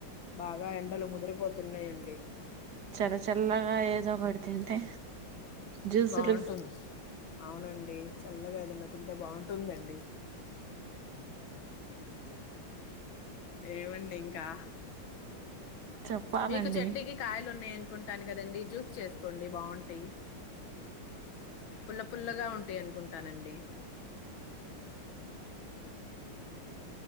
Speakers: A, on the left; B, on the right.
A: బాగా ఎండలు ముదిరిపోతున్నాయండి
B: చెల్లచల్లగా ఏదో ఒకటి అ తింటే జ్యూసులు
A: బావుంటుంది అవునండి చల్లగాదన్న తింటే బాగుంటుందండి ఏమండి ఇంకా
B: చెప్పాలండి
A: మీకు చెట్టుకి కాయలు ఉన్నాయి అనుకుంటాను కదండి జ్యూస్ చేసుకోండి బాగుంటాయి పుల్ల పుల్లగా ఉంటాయి అనుకుంటానండి